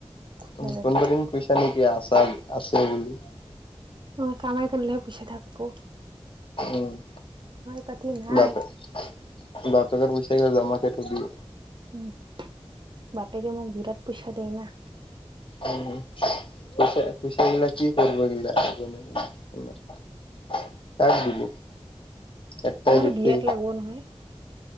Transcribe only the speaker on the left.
উ,
কোনবা দিন কৈইছা নেকি আছা, আছে বুলি।
উম,
বাপে-বাপেৰৰ পইছাগিতা জমাকে থবি।
উ, পইচা পইচা গিলা কি কৰব গিলা <unintelligible> কাক দিব, একটাই
বেছি